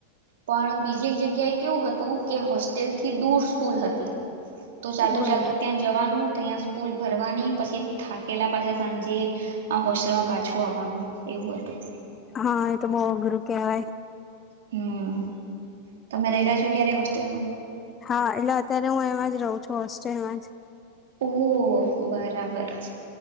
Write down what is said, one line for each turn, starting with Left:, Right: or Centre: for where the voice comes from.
Right: પણ બીજી એક જગ્યાએ કેવું હતું કે હોસ તેલ થી દૂર સ્કૂલ હતી તો ચાલતું
Left: બરાબર
Right: ચાલતું ત્યાં જવાનું તો ત્યાં સ્કૂલ ભરવાની પછી થાકેલા પાછા સાંજે આ હોસ્ટેલમાં પાછું આવવાનું એવું હતું.
Left: હા એ તો બો અઘરું કેવાય.
Right: હમ તમે રહેલા છો ક્યારે હોસ્ટેલમાં
Left: હા એટલે અત્યારે હું એમાં જ રહું છું હોસ્ટ્રેલમાં જ
Right: તો બરાબર